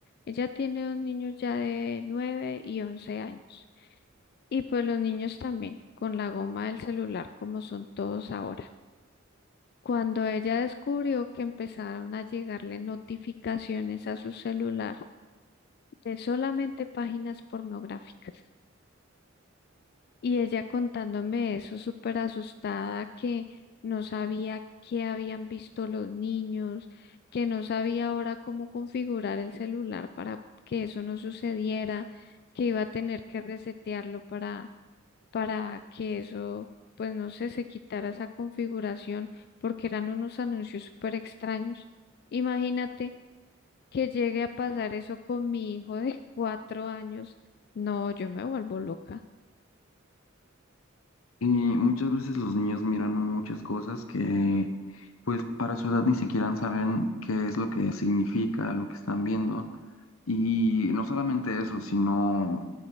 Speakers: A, on the left; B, on the left.
A: Ella tiene dos niños ya de 9 y 11 años. Y pues los niños también, con la goma del celular como son todos ahora. Cuando ella descubrió que empezaron a llegarle notificaciones a su celular de solamente páginas pornográficas. Y ella contándome eso súper asustada que no sabía qué habían visto los niños, que no sabía ahora cómo configurar el celular para que eso no sucediera, que iba a tener que resetearlo para para que eso, pues no sé, se quitara esa configuración porque eran unos anuncios súper extraños. Imagínate que llegue a pasar eso con mi hijo de <laughs> cuatro años. No, yo me vuelvo loca.
B: Y muchas veces los niños miran muchas cosas que pues para su edad ni siquiera saben qué es lo que significa, lo que están viendo. Y no solamente eso, sino